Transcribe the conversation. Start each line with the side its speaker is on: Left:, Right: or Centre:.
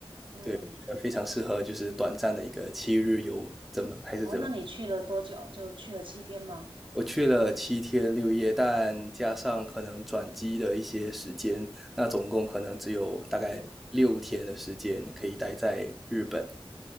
Right: 嗯，
Centre: 对，非常适合就是短暂的一个七日游，怎么还是怎么。
Right: 哦，那你去了多久？就去了七天吗？
Centre: 我去了七天六夜，但加上可能转机的一些时间，那总共可能只有大概六天的时间可以待在日本。
Right: 嗯，